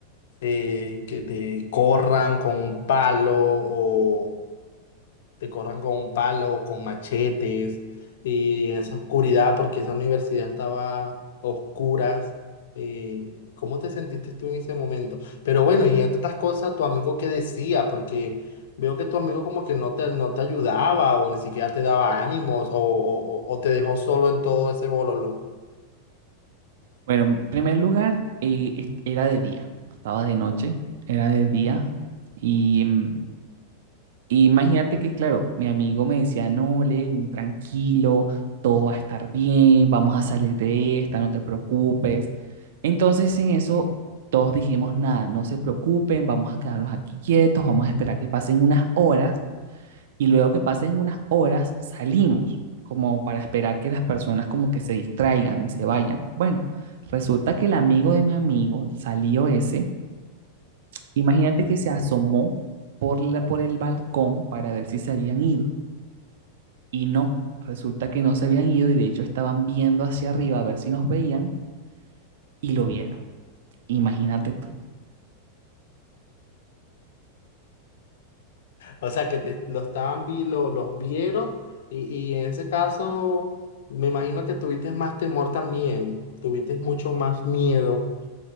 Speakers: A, on the left; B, on the right.
A: eh, que te corran con un palo o te corran con palos, con machetes, y en esa oscuridad, porque esa universidad estaba a oscuras. eh, ¿cómo te sentiste tú en ese momento? Pero bueno, y entre otras cosas, tu amigo qué decía, porque veo que tu amigo como que no te, no te ayudaba o ni siquiera te daba ánimos o, o, o- o te dejó solo en todo ese bololo.
B: Bueno, en primer lugar, eh, est- era de día, no estaba de noche, era de día y mm, Y Imagínate que, claro, mi amigo me decía, no, Lewin, tranquilo, todo va a estar bien, vamos a salir de esta, no te preocupes. Entonces en eso todos dijimos, nada, no se preocupen, vamos a quedarnos aquí quietos, vamos a esperar que pasen unas horas y luego que pasen unas horas salimos, como para esperar que las personas como que se distraigan y se vayan. Bueno, resulta que el amigo de mi amigo, el salió ese, imagínate que se asomó por la- por el balcón para ver si se habían ido. Y no, resulta que no se habían ido y de hecho estaban viendo hacia arriba a ver si nos veían y lo vieron. Imagínate tú.
A: O sea, que te, lo estaban, vi- lo, los vieron y, y en ese caso... Me imagino que tuviste más temor también, tuviste mucho más miedo.